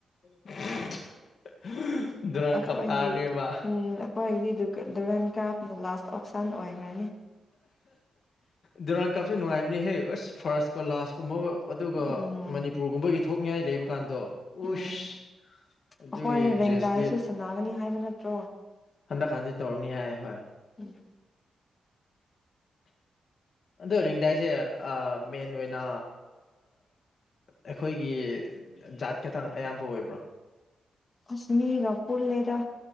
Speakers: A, on the left; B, on the left.
A: <inaudible>
B: ꯑꯩꯈꯣꯏꯒꯤ
A: ꯀꯞ ꯇꯥꯔꯅꯦꯕ
B: ꯎꯝ ꯑꯩꯈꯣꯏꯗꯤ ꯗꯨꯔꯀꯟ ꯗꯨꯔꯟ ꯀꯞꯄꯅꯥ ꯂꯥꯁ ꯑꯣꯞꯁꯟ ꯑꯣꯏꯈ꯭ꯔꯅꯤ
A: ꯗꯗꯨꯨꯔꯪ ꯀꯥꯞꯁꯦ ꯅꯨꯡꯉꯥꯏꯕꯅꯤ ꯍꯦ ꯑꯁ ꯐꯥꯔꯁꯀ ꯂꯥꯁꯀ ꯀꯨꯝꯕꯥ ꯑꯗꯨꯒ
B: ꯎꯝ
A: ꯃꯅꯤꯄꯨꯔꯒꯨꯝꯕꯒꯤ ꯊꯣꯛꯅꯤꯡꯉꯥꯏ ꯂꯩꯕ ꯀꯥꯟꯗꯣ ꯎꯁ
B: ꯎꯝ
A: ꯑꯗꯨꯒꯤ
B: ꯑꯩꯈꯣꯏ
A: ꯏꯟꯇꯔꯦꯁꯇꯤ
B: ꯔꯦꯡꯗꯥꯏꯁꯨ ꯁꯥꯟꯅꯒꯅꯤ ꯍꯥꯏꯕ ꯅꯠꯇ꯭ꯔꯣ
A: ꯍꯟꯗꯛꯀꯥꯟꯗꯤ ꯇꯧꯔꯅꯤ ꯍꯥꯏ ꯍꯣꯏ
B: ꯎ
A: ꯑꯗꯣ ꯔꯤꯡꯗꯥꯏꯁꯦ ꯑ ꯃꯦꯟ ꯑꯣꯏꯅ ꯑꯩꯈꯣꯏꯒꯤ ꯖꯥꯠ ꯈꯇꯪ ꯑꯌꯥꯝꯕ ꯑꯣꯏꯕ꯭ꯔꯣ
B: ꯑꯁ ꯃꯤꯒ ꯄꯨꯨꯂꯦꯗ